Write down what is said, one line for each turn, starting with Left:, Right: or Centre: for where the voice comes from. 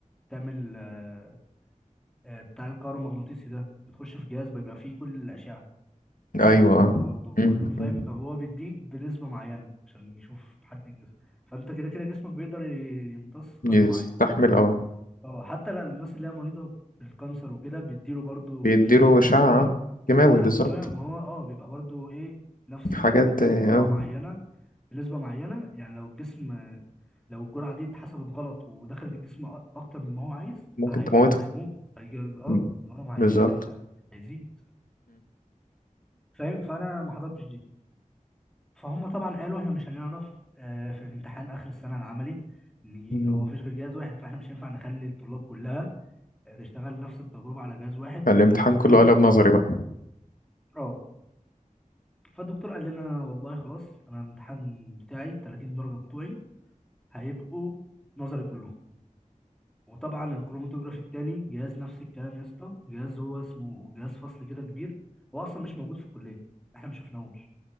Centre: تعمل آه، آه، بتاع الكهرومغناطيسي ده بتخش في جهاز بيبقى فيه كل الأشعة
Left: اه
Centre: أشعة
Left: أيوة
Centre: جاما
Left: اه
Centre: برضه وكله
Left: مم.
Centre: فاهم
Left: مم.
Centre: فهو بيديك بنسبة معينة عشان يشوف حالة الجسم فانت كده كده جسمك بيقدر ي- يمتص قدر
Left: يستحمل
Centre: معين
Left: اه
Centre: اه حتى للناس اللي هي مريضة بالكانسر وكده بيديله برضه
Left: بيديله
Centre: شفت انت
Left: إشاعة
Centre: الكيماوي
Left: اه. كيماوي
Centre: العلاج
Left: بالظبط
Centre: بالكيماوي ما هو اه بيبقى برضو ايه نفس
Left: حاجات
Centre: كده بيديله
Left: اه
Centre: بجرعه
Left: اه،
Centre: معينه بنسبه معينه يعني لو الجسم لو الجرعه دي اتحسبت غلط ودخلت الجسم أ- اكتر من ما هو عايز
Left: ممكن
Centre: هي...
Left: تموته
Centre: هيموت هيجي اه
Left: مم.
Centre: الورم هي...
Left: بالظبط
Centre: هيبقى هيزيد فاهم فانا ما حضرتش دي فهم طبعا قالوا احنا مش هنعرف آه، في امتحان اخر السنه العملي ان
Left: مم.
Centre: هو مفيش غير جهاز واحد فاحنا مش هينفع نخلي الطلاب كلها آه، تشتغل نفس التجربه على جهاز واحد
Left: فالامتحان
Centre: لا مستحيل
Left: كله قلب نظري بقى
Centre: اه فالدكتور قال لنا والله خلاص انا الامتحان بتاعي ال 30 درجه بتوعي هيبقوا نظري كلهم وطبعا الكروماتوجراف التاني جهاز نفس الكلام يا اسطى جهاز هو اسمه جهاز فصل كده كبير هو اصلا مش موجود في الكليه احنا ما شفناهوش